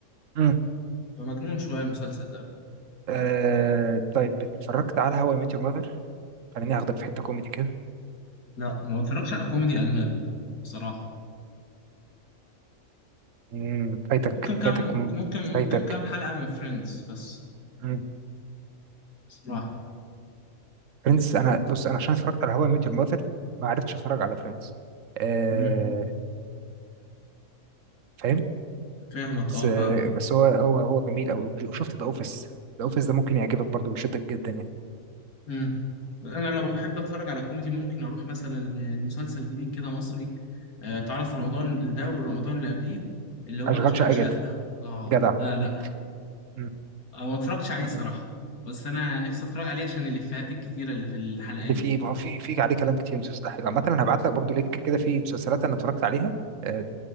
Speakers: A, on the right (about 65°); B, on the left (about 80°).
A: مم.
B: فمجنون شويه المسلسل ده
A: آه طيب اتفرجت على هواي ميت يور ماذر خليني اخدك في حته كوميدي كده
B: لا ما اتفرجش على كوميدي اجنبي بصراحه
A: امم فايتك
B: ممكن كام
A: فايتك م-
B: ممكن ممكن
A: فايتك
B: كام حلقه من فريندز بس
A: امم
B: بصراحه
A: فريندز انا بص انا عشان اتفرجت على هواي ميت يور ماذر ما عرفتش اتفرج على فريندز آه
B: امم
A: فاهم
B: فاهمك
A: بس
B: اه
A: آه
B: فاهمك
A: بس هو هو هو جميل قوي وشفت ذا اوفيس ذا اوفيس ده ممكن يعجبك برضه ويشدك جدا يعني
B: امم انا لو بحب اتفرج على كوميدي ممكن اروح مثلا لمسلسل جديد كده مصري آه، تعرف رمضان اللي ده والرمضان اللي قبليه اللي هو
A: اشغال
B: اشغال
A: شقه
B: شقه
A: جدا
B: اه
A: جدع
B: ده لا
A: مم. مم.
B: آه ما اتفرجتش عليه
A: انا
B: صراحه
A: برضه
B: بس انا نفسي اتفرج عليه عشان الافيهات الكتيره اللي في الحلقات
A: اللي فيه
B: دي
A: ما هو في في عليه كلام كتير مستحيل عامه انا هبعت لك برضه لينك كده فيه مسلسلات انا اتفرجت عليها آه